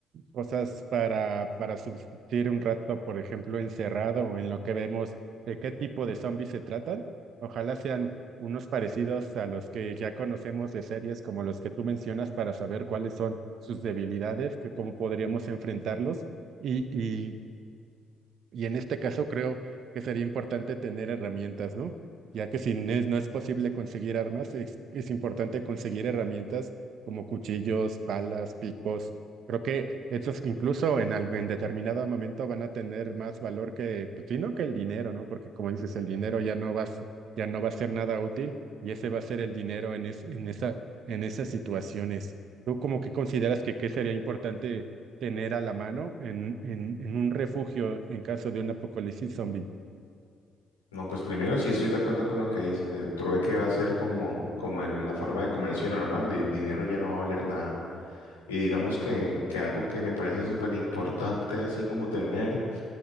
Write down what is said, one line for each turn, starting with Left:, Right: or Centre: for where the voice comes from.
Right: cosas para, para subsistir un rato, por ejemplo, encerrado o en lo que vemos de qué tipo de zombies se tratan. Ojalá sean unos parecidos a los que ya conocemos de series como los que tú mencionas para saber cuáles son sus debilidades, que cómo podríamos enfrentarlos y, y y en este caso creo que sería importante tener herramientas, ¿no? Ya que si no es, no es posible conseguir armas, es, es importante conseguir herramientas como cuchillos, balas, picos. Creo que estos incluso en algo, en determinado momento van a tener más valor que, pues, sí, no que el dinero, ¿no? Porque como dices, el dinero ya no va, a s- ya no va a ser nada útil y ese va a ser el dinero en, es- en esa, en esas situaciones. ¿Tú como que consideras que qué sería importante? tener a la mano en, en, en un refugio en caso de un apocalipsis zombie.
Left: No, pues primero sí estoy de acuerdo con lo que dices. El trueque va a ser como, como el- la forma de comercio normal. El dinero ya no va a valer nada. Y digamos que, que algo que me parece súper importante, así como tener.